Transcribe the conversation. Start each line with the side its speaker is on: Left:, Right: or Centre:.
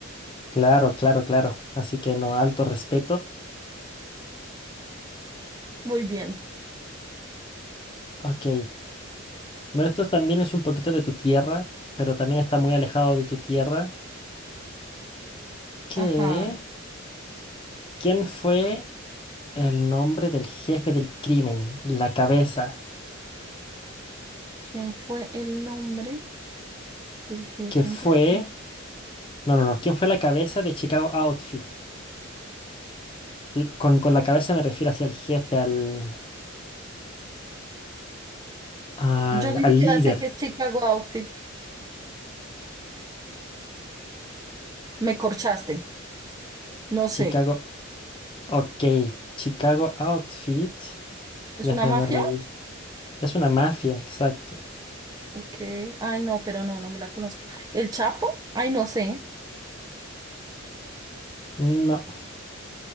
Left: Claro, claro, claro. Así que no, alto respeto.
Right: Muy bien.
Left: Ok. Bueno, esto también es un poquito de tu tierra, pero también está muy alejado de tu tierra. ¿Qué?
Right: Ajá.
Left: ¿Quién fue el nombre del jefe del crimen? La cabeza.
Right: ¿Quién fue el nombre del jefe
Left: Que fue.
Right: antes?
Left: No, no, no. ¿Quién fue la cabeza de Chicago Outfit? L- Con, con la cabeza me refiero hacia el jefe, al, al,
Right: Yo ni
Left: al
Right: siquiera
Left: líder.
Right: sé qué es Chicago Outfit. Me corchaste. No
Left: Chicago.
Right: sé.
Left: Ok. Chicago Outfit.
Right: ¿Es
Left: Déjame
Right: una mafia?
Left: revisar. Es una mafia, exacto.
Right: Ok. Ay, no, pero no, no me la conozco. ¿El Chapo? Ay, no sé.
Left: No,